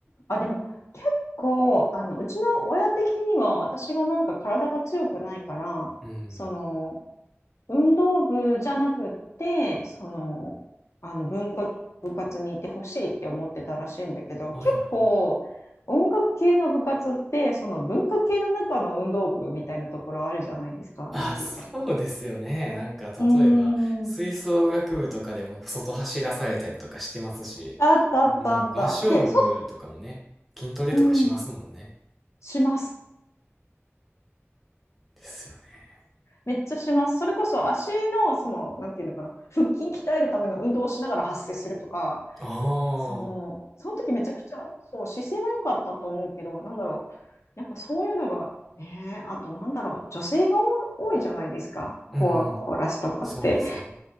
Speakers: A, on the left; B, in the centre.
A: あ、でも結構、あの、うちの親的には私がなんか体が強くないから、
B: うん。
A: その、運動部じゃなくって、その、あの文化部活にいてほしいって思ってたらしいんだけど、
B: はいはい。
A: 結構音楽系の部活って、その文化系の中の運動部みたいなところあるじゃないですか。
B: あ、
A: なんていうか。
B: そうですよね。なんか、
A: うー
B: 例えば、吹奏楽部とかでも外走らされたりとかしてますし、
A: ん。あったあったあった。
B: うん、合唱部とかもね、
A: で、そ、
B: 筋トレとかしますもんね。
A: うん。します。
B: ですよね。
A: めっちゃします。それこそ足の、その、なんていうのかな、腹筋鍛えるための運動をしながら発声するとか、
B: あ
A: そ
B: あ、
A: う、その時めちゃくちゃ、そう、姿勢は良かったと思うけど、なんだろう、やっぱそういうのが、ねえ、あとなんだろう、女性が多多いじゃないですか、コー、
B: うん。
A: コーラスとかって。
B: そうですね。